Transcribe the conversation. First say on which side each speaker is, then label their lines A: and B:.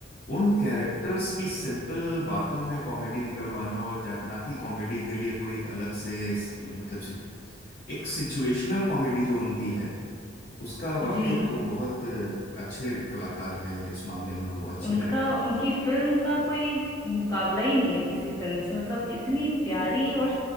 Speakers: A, on the left (about 40°); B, on the left (about 15°).
A: उन कैरेक्टर्स की सिंपल बातों में कॉमेडी निकलवाना और जा- ना कि कॉमेडी के लिए कोई एक अलग से स- मतलब से एक सिचुएशनल कॉमेडी जो उनकी है उसका वाकई
B: जी
A: में वो बहुत अ, अच्छे कलाकार हैं इस मामले में वो अच्छे
B: उनका
A: डायरेक्टर
B: उनकी
A: हैं
B: फिल्म का कोई मुकाबला ही नहीं है किसी फिल्म से मतलब इतनी प्यारी और